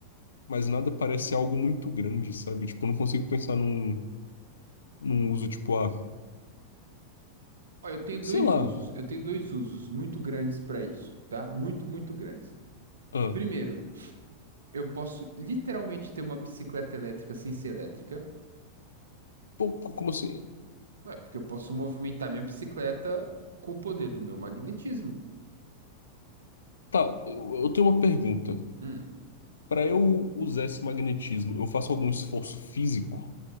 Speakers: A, on the left (about 70°); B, on the right (about 70°).
A: mas nada parece algo muito grande, sabe? Tipo, eu não consigo pensar num, num uso, tipo, ah,
B: Ó, eu tenho
A: sei
B: dois
A: lá.
B: usos. Eu tenho dois usos muito grandes para isso, tá? Muito, muito grandes.
A: Ah,
B: Primeiro, eu posso literalmente ter uma bicicleta elétrica sem ser elétrica.
A: pô, co- como assim?
B: Ué, porque eu posso movimentar minha bicicleta com o poder do meu magnetismo.
A: Tá, eu, eu tenho uma pergunta.
B: Hum.
A: Pra eu usar esse magnetismo, eu faço algum esforço físico?